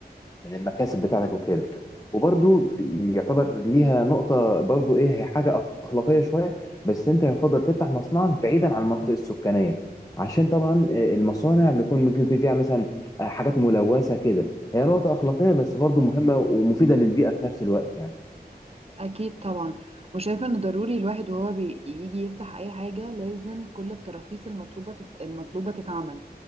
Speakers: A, on the left (about 20°); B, on the right (about 35°).
A: من المكاسب بتاعتك وكده وبرضو
B: مظبوط
A: في يعتبر ليها نقطة برضو ايه هي حاجة أخلاقية شوية بس انت يفضل تفتح مصنعك بعيدا عن المناطق السكانية عشان طبعا آه، المصانع بيكون ممكن يكون فيها مثلا آه، حاجات ملوثة كده هي نقطة أخلاقية بس برضو مهمة ومفيدة للبيئة في نفس الوقت يعني
B: اكيد طبعا وشايفه ان ضروري الواحد وهو بيجي يفتح اي حاجه لازم كل التراخيص المطلوبه تت... المطلوبه تتعمل